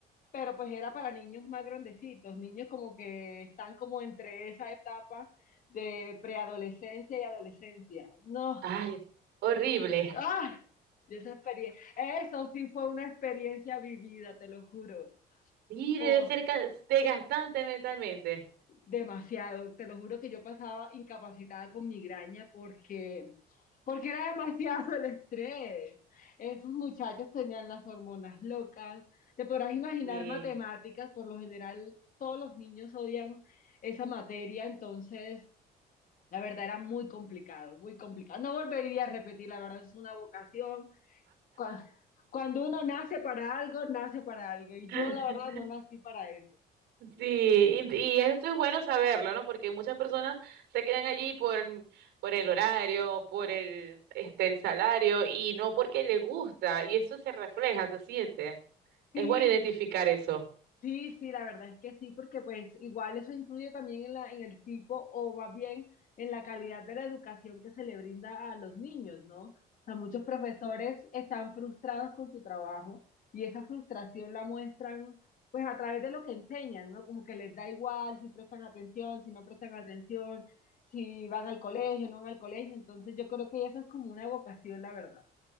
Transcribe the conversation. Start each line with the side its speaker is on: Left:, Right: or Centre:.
Left: pero pues era para niños más grandecitos, niños como que están como entre esa etapa de preadolescencia y adolescencia. No,
Right: Ay, horrible.
Left: Ah, y esa experiencia, eso sí fue una experiencia vivida, te lo juro.
Right: Y
Left: Oh,
Right: debe ser ca- desgastante mentalmente.
Left: demasiado, te lo juro que yo pasaba incapacitada con migraña porque, porque era demasiado el estrés. Esos muchachos tenían las hormonas locas. Te podrás imaginar
Right: Sí.
Left: matemáticas, por lo general todos los niños odian esa materia, entonces la verdad era muy complicado, muy complicado. No volvería a repetir, la verdad es una vocación cua- Cuando uno nace para algo, nace para algo. Y
Right: <laughs>
Left: yo, la verdad, no nací para eso.
Right: Sí, y, y esto es bueno saberlo, ¿no? Porque muchas personas se quedan allí por, el- por el horario, por el, este, el salario y no porque le gusta. Y eso se refleja, se siente.
Left: Sí,
Right: Es bueno identificar
Left: sí,
Right: eso.
Left: Sí, sí, la verdad es que sí, porque pues igual eso influye también en la, en el tipo o más bien en la calidad de la educación que se le brinda a los niños, ¿no? O sea, muchos profesores están frustrados con su trabajo y esa frustración la muestran pues a través de lo que enseñan, ¿no? Como que les da igual si prestan atención, si no prestan atención, si van al colegio, no van al colegio. Entonces yo creo que eso es como una vocación, la verdad.